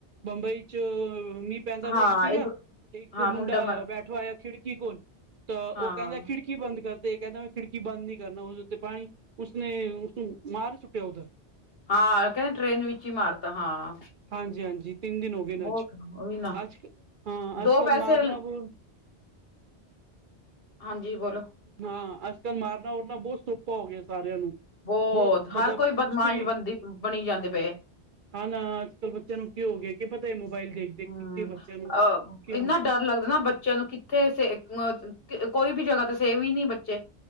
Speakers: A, on the right; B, on the left.
A: ਬੰਬਈ 'ਚ ਮੀਂ ਪੈਂਦਾ ਪਈ
B: ਹਾਂ
A: ਸੀਗਾ।
B: ਇੱਕ
A: ਇੱਕ
B: ਹਾਂ
A: ਮੁੰਡਾ
B: ਮ
A: ਬੈ ਠਾ ਹੋਇਆ ਖਿੜਕੀ ਕੋਲ ਤਾਂ
B: ਹਾਂ
A: ਔ ਕੈਂਦਾ ਖਿੜ ਕੀ ਬੰਦ ਕਰ ਦੇ। ਕੇਂਦਾ ਮੈਂ ਖਿੜਕੀ ਬਦ ਨੀ ਕਰਨਾ। ਔਦੇ ਉੱਤੇ ਪਾਣੀ ਉਸਨੇ ਉਸਨੂੰ ਮਾਰ ਸੁੱਟਿਆ ਉਧਰ।
B: ਹਾਂ, ਕੈਂਦੇ ਟ੍ਰੇਨ ਵਿੱਚ ਈ ਮਾਰ ਤਾ, ਹਾਂ।
A: ਹਾਂਜੀ-ਹਾਂਜੀ ਤਿੰਨ ਦਿਨ ਹੋ ਗਏ ਨੇ
B: ਬਹੁਤ
A: ਅੱਜ।
B: ਉਹੀ ਨਾ
A: ਅੱਜ, ਹਾਂ
B: ਦੋ
A: ਅੱਜ ਕੱਲ
B: ਪੈਸੇ
A: ਮਾਰਨਾ ਬੋ
B: ਹਾਂਜੀ ਬੋਲੋ।
A: ਹਾਂ, ਅੱਜ ਕੱਲ ਮਾਰਨਾ ਉਰਨਾ ਬੋਤ ਸੋਪਾ ਹੋ ਗਿਆ ਸਾਰਿਆਂ ਨੂੰ।
B: ਬੋਤ
A: ਬਹੁਤ
B: ਹਰ
A: ਮਤਲਬ
B: ਕੋਈ
A: ਕੁਛ
B: ਬਦਮਾਸ਼
A: ਵੀ
B: ਬੰਦੀ ਬਣੀ ਜਾਂਦੇ ਪਏ।
A: ਹਾਂ ਨਾ, ਅੱਜ ਕੱਲ ਬੱਚਿਆਂ ਨੂੰ ਕਿ ਹੋ ਗਿਐ ਕਿ ਪਤਾ ਏ ਮੋਬਾਇਲ ਦੇਖ ਦੇਖ
B: ਹੂੰ
A: ਕੇ ਕੀ ਬੱਚਿਆਂ ਨੂੰ
B: ਅ
A: ਕਿਉਂ
B: ਇੰਨਾ ਡਰ ਲੱਗਨਾ ਬੱਚਿਆਂ ਨੂੰ ਕਿੱਥੇ ਸੇ ਅ ਕ ਕੋਈ ਵੀ ਜਗ੍ਹਾ ਤੇ ਸੇਵ ਈ ਨੀ ਬੱਚੇ।